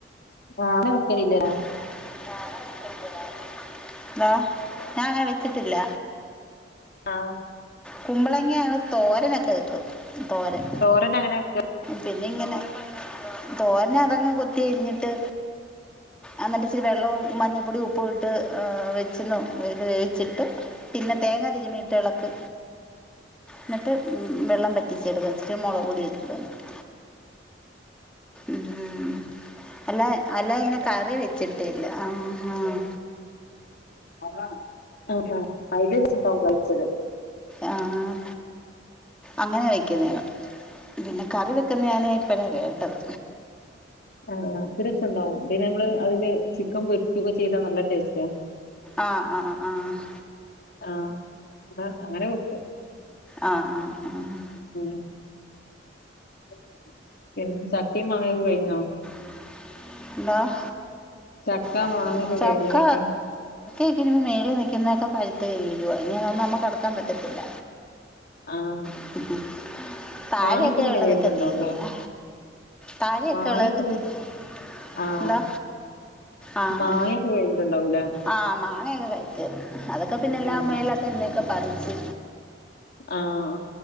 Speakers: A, on the left; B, in the centre.
A: <unintelligible>
B: <unintelligible> എന്താ ഞാൻ അങ്ങനെ വെച്ചിട്ടില്ല.
A: ആഹ്
B: കുമ്പളങ്ങ തോരനൊക്കെ വെക്കും. തോരൻ.
A: തോരനെങ്ങനാ വെക്ക?
B: പിന്നെ ഇങ്ങനെ തോരനു അതങ്ങ് കൊത്തി അരിഞ്ഞിട്ട്. എന്നിട്ട് ഇച്ചിരി വെള്ളവും മഞ്ഞപ്പൊടിയും ഉപ്പും ഇട്ട് വെച്ചിരുന്നു ഇത് വേവിച്ചിട്ട്. പിന്നെ തേങ്ങ തിരുമീട്ട് ഇളക്ക് എന്നിട്ട് വെള്ളം പറ്റി ച്ചടുക്കും ഇച്ചിരി മുളക് പൊടികൂടി ഇട്ട് വന്നിട്ട്. ഉം അല്ല. അല്ലാതെ ഇങ്ങനെ കറി വെച്ചിട്ടില്ല ആഹ് ആഹ്
A: ആഹ് ആഹ് <unintelligible>
B: ആഹ് അങ്ങനെ വെക്കുന്നേന് പിന്നെ കറി വെക്കുന്ന ഞാൻ ഇപ്പഴാണ് കേട്ടത്.
A: ആഹ ഇത് രസംണ്ടാവും പിന്നെ നമ്മള് അതില് ചിക്കൻ പൊരിക്കൊക്കെ ചെയ്താ നല്ല ടേസ്റ്റ.
B: ആഹ് ആഹ് ആഹ്
A: ആഹ് ആഹ് അങ്ങനെ വെക്കാ.
B: ആഹ് ആഹ് ആഹ്
A: ആഹ് <unintelligible> ചക്കി മാങ്ങി ഒക്കെ കഴിഞ്ഞോ?
B: എന്തോ <unintelligible>
A: ചക്ക
B: ആഹ്
A: മാങ്ങയൊക്കെ
B: ചക്ക.
A: കഴിഞ്ഞോയ്ക്കാ
B: ഒകെ മേളിൽ നിക്കുന്നൊക്കെ പഴുത്ത് വീഴുക ഇങ്ങനെയൊന്നും നമുക്ക് അടുക്കാൻ പറ്റത്തില്ല.
A: ആഹ്
B: <unintelligible> താഴയൊക്കെ
A: മാങ്ങയൊക്കെ പിന്നെ
B: ഉള്ളതൊക്കെ
A: കഴിഞ്ഞിട്ടുണ്ടാവുംല്ലേ
B: തീർന്ന്. താഴെ
A: മാങ്ങയൊക്കെ
B: ഒക്കെ ഉള തൊക്കെത്തിർന്ന്
A: ആഹ്
B: എന്തോ? ആഹ്
A: മാങ്ങയൊക്കെ
B: ആഹ്
A: കഴിഞ്ഞിട്ടുണ്ടാവൂല്ലേ
B: ആഹ് മാങ്ങ. മാങ്ങക്കൊ കഴി തീർന്ന് അതൊക്കെ പിന്നെ എല്ല
A: ആഹ്
B: മേളിലൊക്കെ നിന്നെയൊക്കെ പറിച്ച്.
A: ആഹ്